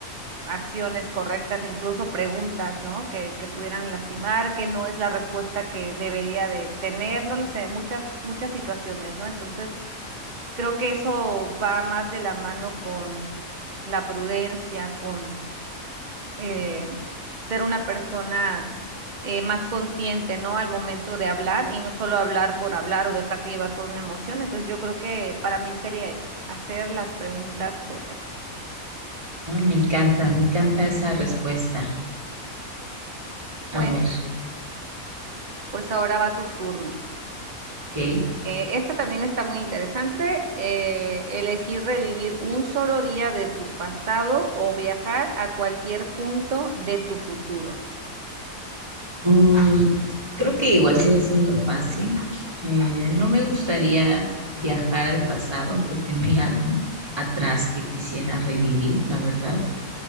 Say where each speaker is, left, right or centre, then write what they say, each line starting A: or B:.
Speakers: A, on the right; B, on the right.
A: acciones correctas e incluso preguntas, ¿no? Que, que pudieran lastimar, que no es la respuesta que debería de tener, no lo sé, muchas, muchas situaciones, ¿no? Entonces, creo que eso va más de la mano con la prudencia, con eh, ser una persona eh, más consciente, ¿no? Al momento de hablar y no solo hablar por hablar o dejarte llevar por una emoción. Entonces, yo creo que para mí sería eso, hacer las preguntas correctas.
B: Ah, Me encanta, me encanta esa respuesta.
A: Bueno,
B: A ver,
A: pues ahora va tu turno.
B: ok.
A: Eh, esta también está muy interesante. Eh, elegir revivir un solo día de tu pasado o viajar a cualquier punto de tu futuro.
B: Mm, creo que igual sigue siendo fácil. Eh, no me gustaría viajar al pasado porque no hay algo atrás que quisiera revivir, la verdad.